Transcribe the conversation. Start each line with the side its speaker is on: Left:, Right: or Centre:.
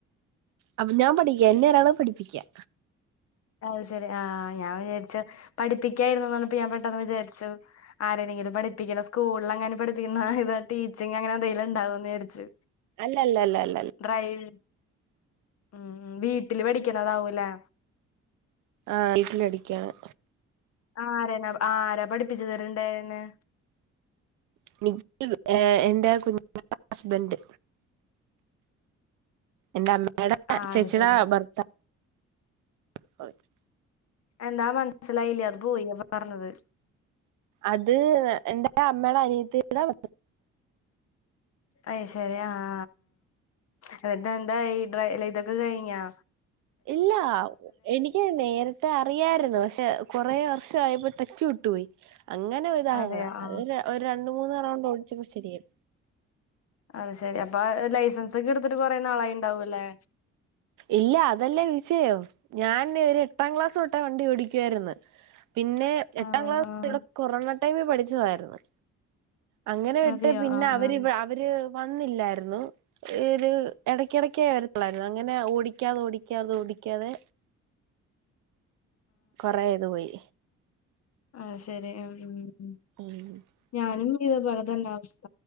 Right: അപ്പൊ ഞാൻ പഠിക്ക എന്നെ ഒരാള് പഠിപ്പിക്യാ.
Left: അത് ശെരി ആഹ് ഞാൻ വിചാരിച്ചു പഠിപ്പിക്യായിരുന്നു പറഞ്ഞപ്പോ ഞാൻ പെട്ടെന്ന് വിചാരിച്ചു ആരെലെങ്കിലും പഠിപ്പിക്കുന്ന സ്കൂളങ്ങാനും പഠിപ്പിക്കുന്ന ഇത് ടീച്ചിങ് അങ്ങനെ എന്തങ്കിലും ഇണ്ടാവോ എന്ന് വിചാരിച്ചു.
Right: അല്ലല്ലല്ലല്ല.
Left: ഡ്രൈവിങ് മ് വീട്ടില് പടിക്ക്ണതാവുംലേ?
Right: ആട്ടില് പടിക്യാണ്.
Left: ആരന ആരാ പഠിപ്പിച്ച് തര്ണ്ടായ്ന്നെ?
Right: <unintelligible> ഏ എന്റെ കുഞ്ഞമ്മന്റെ ഹസ്ബന്റ്. എന്റെമ്മേടെ
Left: ആഹ്
Right: ചെച്ചിടെ
Left: അത് ശരി
Right: ഭർത്താവ്. <unintelligible>
Left: എന്താ മൻസ്സിലായില അത് പോയി പറഞ്ഞത്.
Right: അത് എന്റെ അമ്മയുടെ അനിയത്തിടെ ഭ
Left: അയ് ശെരി ആഹ് ആഹ് ന്ന്ട്ട് എന്തായി ഡ്രൈലെതൊക്കെ കയ്ഞ്ഞോ?
Right: ഇല്ല എനിക്ക് നേര ത്തെ അറിയായിരുന്നു പക്ഷെ കൊറേ വർഷായപ്പോ ടെച്ച് വിട്ടു പോയി അങ്ങനെ സായതാ
Left: അതെയോ ആഹ്
Right: അത് ഒര് രണ്ട്‌ മൂന്ന് റൗണ്ട് ഓടിച്ചമ്പോ ശെരിയായി.
Left: അഹ് ശെരി അപ്പൊ ലൈസൻസൊക്കെ എട്ത്തിട്ട് കൊറെ നാളായിണ്ടാവുംല്ലേ?
Right: ഇല്ല അതല്ലേ വിഷയം ഞാന് ഒരു എട്ടാം ക്ലാസ് തൊട്ടേ വണ്ടി ഓടിക്കായിര്ന്ന്. പിന്നെ എട്ടാം
Left: ആഹ്
Right: ക്ലാസ്
Left: ആഹ്
Right: ഇവിടെ കൊറോണ ടൈമിൽ പഠിച്ചതായി ര്ന്ന്.
Left: <inaudible>
Right: അങ്ങനെ ഇട്ട്
Left: അതെയോ
Right: പിന്നെ
Left: ആഹ്
Right: അവരിവ
Left: ആഹ്
Right: അവര് വന്നില്ലായിരുന്നു ഇര് എടക്കെടക്കെ വര തൊള്ളാര്ന്ന്? അങ്ങനെ ഓടിക്ക്യാതെ ഓടിക്ക്യാതെ ഓടിക്ക്യാതെ. കൊറേത് പോയ്.
Left: ആയ് ശെരി ഉം ഉം.
Right: ഊ <inaudible>
Left: ഞാനും ഇത്പോലെ തന്നെ അവസ്ഥ.